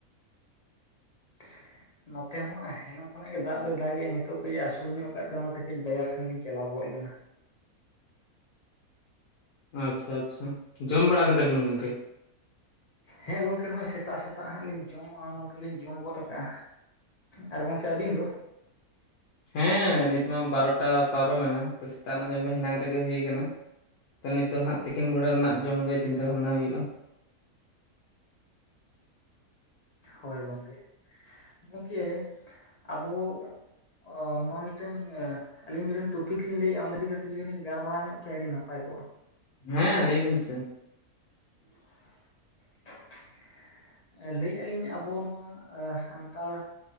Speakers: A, on the left; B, on the left.
A: <inaudible> ᱱᱚᱛᱮ ᱦᱚᱸ ᱮ ᱦᱮᱱᱟᱝ ᱠᱷᱚᱱᱟᱜ ᱜᱮ ᱫᱟᱜᱽ ᱫᱚᱭ ᱫᱟᱜᱮᱼᱮ ᱱᱤᱛᱚᱜ ᱠᱟᱹᱡ ᱮ ᱟᱹᱥᱩᱲ ᱧᱚᱜ ᱠᱟᱜ ᱛᱮ ᱚᱱᱟᱛᱮ ᱠᱟᱹᱡ ᱵᱟᱡᱟᱨ ᱥᱮᱱ ᱞᱤᱧ ᱪᱟᱞᱟᱣ ᱜᱚᱫ ᱞᱮᱱᱟ᱾
B: ᱟᱪᱪᱷᱟ, ᱟᱪᱪᱷᱟ᱾ ᱡᱚᱢ ᱵᱟᱲᱟ ᱠᱮᱫᱟᱵᱤᱱ ᱜᱚᱝᱠᱮ?
A: ᱦᱮᱸ ᱜᱚᱝᱠᱮ ᱱᱚᱜᱼᱚᱭ ᱥᱮᱛᱟᱜ ᱥᱮᱛᱟᱜ ᱦᱟᱸᱜ ᱞᱤᱧ ᱡᱚᱢᱟ ᱚᱱᱟ ᱫᱚᱤᱧ ᱡᱚᱢ ᱜᱚᱫ ᱠᱟᱜᱼᱟ᱾ ᱟᱨ ᱜᱚᱝᱠᱮ ᱟᱹᱵᱤᱱ ᱫᱚ?
B: ᱦᱮᱸ ᱱᱤᱛ ᱢᱟ ᱵᱟᱨᱚᱴᱟ ᱯᱟᱨᱚᱢᱮᱱᱟ ᱛᱚ ᱥᱮᱛᱟᱜ ᱮᱱᱟᱜ ᱡᱚᱢ ᱫᱚ ᱦᱮᱱᱟᱝ ᱨᱮᱜᱮ ᱦᱩᱭ ᱠᱟᱱᱟ᱾ ᱛᱚ ᱱᱤᱛᱚᱜ ᱦᱟᱸᱜ ᱛᱤᱠᱤᱱ ᱵᱮᱲᱟ ᱨᱮᱱᱟᱜ ᱡᱚᱢ ᱜᱮ ᱪᱤᱱᱛᱟᱹ ᱵᱷᱟᱵᱽᱱᱟ ᱦᱩᱭᱩᱜᱼᱟ᱾
A: ᱦᱳᱭ ᱜᱚᱢᱠᱮ, ᱜᱚᱝᱠᱮ ᱟᱫᱚ ᱚ ᱱᱚᱣᱟ ᱢᱤᱜᱴᱮᱱ ᱟ ᱟᱞᱤᱧ ᱢᱤᱜᱫᱮᱱ ᱴᱚᱯᱷᱤᱠᱥ ᱞᱤᱧ ᱞᱟᱹᱭᱮᱼᱟ ᱚᱱᱟ ᱤᱫᱤ ᱠᱟᱛᱮ ᱡᱩᱫᱤ ᱞᱤᱧ ᱜᱟᱨᱢᱟᱨᱟᱣ ᱧᱚᱜ ᱠᱮᱭᱟ ᱟᱹᱰᱤ ᱱᱟᱯᱟᱭ ᱠᱚᱜᱼᱟ᱾
B: ᱦᱮᱸ, ᱞᱟᱹᱭ ᱵᱤᱱ ᱥᱮ᱾
A: <inaudible> ᱞᱟᱹᱭ ᱮᱼᱟ ᱞᱤᱧ ᱟᱵᱚ ᱱᱚᱣᱟ ᱟ ᱥᱟᱱᱛᱟᱲ